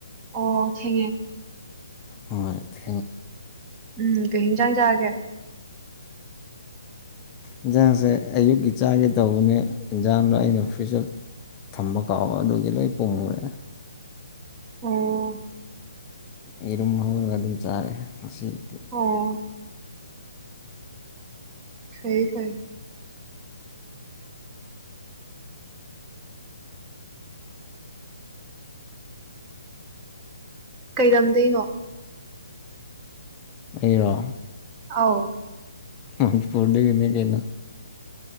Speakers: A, on the right (about 20°); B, on the left (about 20°).
A: ꯑꯣ ꯊꯦꯡꯉꯦ
B: ꯃ ꯊꯦ
A: ꯎꯝ ꯀꯩ ꯌꯦꯟꯁꯥꯡ ꯆꯥꯛꯑꯒꯦ
B: ꯏꯟꯁꯥꯡꯁꯦ ꯑꯌꯨꯛꯀꯤ ꯆꯥꯒꯦ ꯇꯧꯕꯅꯦ ꯏꯟꯖꯥꯡꯗꯣ ꯑꯩꯅ ꯑꯣꯐꯤꯁꯇ ꯊꯝꯕ ꯀꯥꯎꯕ ꯑꯗꯨꯒꯤ ꯂꯣꯏ ꯄꯣꯉꯨꯔꯦ
A: ꯑꯣ
B: ꯌꯦꯔꯨꯝ ꯍꯧꯔꯒ ꯑꯗꯨꯝ ꯆꯥꯔꯦ ꯉꯁꯤꯗꯤ
A: ꯑꯣ ꯁꯩ ꯐꯥꯏ ꯀꯩꯔꯝꯗꯣꯏꯉꯣ
B: ꯑꯩꯔꯣ
A: ꯑꯧ
B: ꯍꯗ ꯐꯣꯗꯦ ꯀ ꯀꯩꯅ